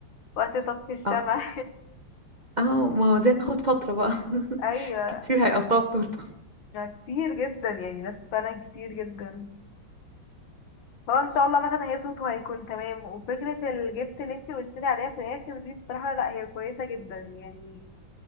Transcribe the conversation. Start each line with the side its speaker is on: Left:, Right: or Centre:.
Left: وقت طفي
Right: <laughs>
Left: الشمع
Right: اه اه ما هو دي هتاخد فترة بقى <laughs>
Left: <laughs> ايوه
Right: كتير هيقطعوا التورتة
Left: ما كتير جدا يعني ناس فعلا كتير جدا هو ان شاء الله مثلا هيظبط وهيكون تمام وفكره الجبت اللي انتي قلت لي عليها في الاخر دي بصراحه لا هي كويسه جدا يعني